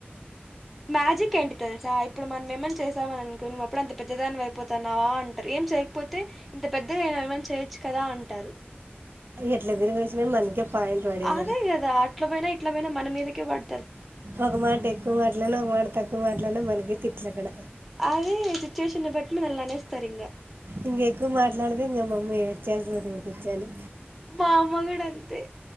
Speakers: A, in the centre; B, on the right (about 60°).
A: మ్యాజిక్ ఏంటి తెలుసా ఇప్పుడు మనం ఏమన్ చేసామని అనుకో నువ్వు అప్పుడు అంత పెద్దదాని అయిపోతున్నావా అంటారు. ఎమ్ ఎమ్ చేయకపోతే ఇంత పెద్దగా అయినవ్ ఏమైనా చేయొచ్చు కదా అంటారు.
B: ఎట్లా తిరిగి వచ్చినా మనకే పాయింట్ పడేది
A: అదే కదా అట్ల పోయినా ఇట్ల పోయినా మన మీదకే పడ్
B: ఒక మాట ఎక్కువ మాట్లన్న ఒక మాట తక్కువ మాట్లాన్న మనకే తిట్లు అక్కడ.
A: అదే సిచ్యువేషన్ బట్టి వాళ్ళు అనేస్తారు ఇంగా.
B: ఇంగ్ ఎక్కువ మాట్లాడితే ఇంకా మమ్మీ ఏడ్చేస్తది ఇంగ్ కుర్చొని.
A: మా అమ్మ గూడ అంతే